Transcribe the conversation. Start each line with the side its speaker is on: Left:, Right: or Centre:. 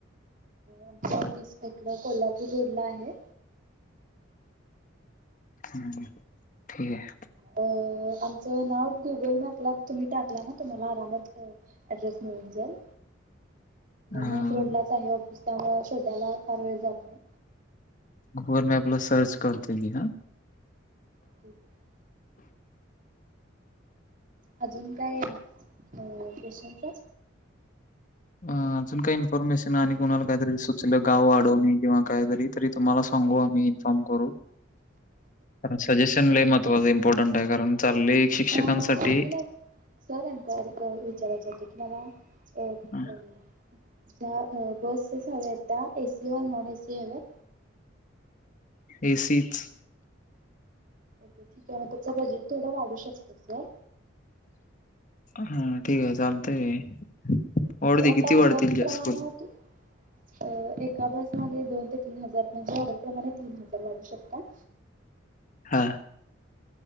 Right: आमचं ऑफिस इकडं कोल्हापूर रोडला आहे.
Left: हम्म, ठीक आहे.
Right: अ आमचं नाव गुगल मॅपला तुम्ही टाकला ना तुम्हाला आरामात क अड्रेस मिळून जाईल.
Left: अ,
Right: मेन रोडलाच आहे ऑफिस त्यामुळं शोधायला फार वेळ जात नाही.
Left: गुगल मॅपला सर्च करतो की हा.
Right: ठीक आहे. अजून काय, अ क्वेश्चन सर?
Left: अ अजून काही इन्फॉर्मेशन आणि कुणाला काहीतरी सुचलं गाव वाढवणे किंवा काहीतरी तरी तुम्हाला सांगू आम्ही इन्फॉर्म करू. कारण सजेशन लई महत्त्वाच इम्पॉर्टंट आहे कारण चालय शिक्षकांसाठी.
Right: अ अजून एक सर एन्क्वायरी अ विचारायचं होत तुम्हाला अ
Left: आ.
Right: अ, त्या अ बसेस हवेत त्या ए सी व नॉन ए सी हवेत.
Left: ए सीच.
Right: ओके ठीक आहे मग तुमचं बजेट थोडं वाढू शकतंय सर.
Left: हा ठीक आहे चालतंय.
Right: म्हणजे
Left: वाढू दे
Right: आता
Left: किती वाढतील
Right: वर्कप्रमाण
Left: जास्त
Right: ते अ एका बस मागे दोन ते तीन हजार म्हणजे ऑर्डरप्रमाणे तीन हजार वाढू शकतात.
Left: हा,